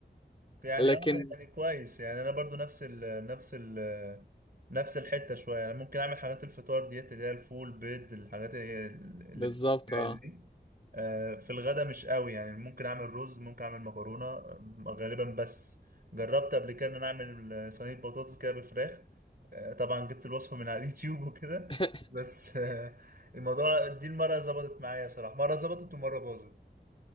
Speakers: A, on the right; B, on the left.
A: يعني
B: لكن
A: اه يعني كويس يعني انا برضو نفس ال نفس ال نفس الحته شويه يعني ممكن اعمل حاجات الفطار ديت اللي هي الفول بيض الحاجات اللي اللي
B: بالظبط
A: بتتجهز
B: اه
A: دي آه، في الغدا مش قوي يعني ممكن اعمل رز ممكن اعمل مكرونه آه، غالبا بس جربت قبل كده ان انا اعمل صينيه بطاطس كده بالفراخ آه، طبعا جبت الوصفه من على <laughs> اليوتيوب وكده
B: <laughs>
A: بس آه، الموضوع دي المره ظبطت معايا صراحه مره ظبطت ومره باظت